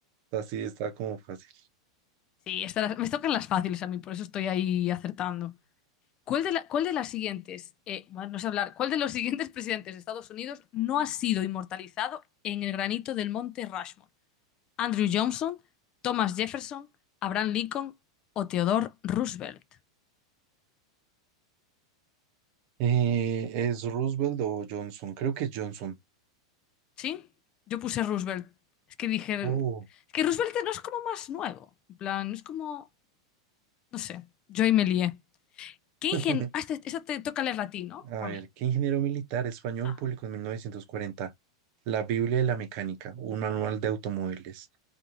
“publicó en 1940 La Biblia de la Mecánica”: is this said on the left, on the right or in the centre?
Right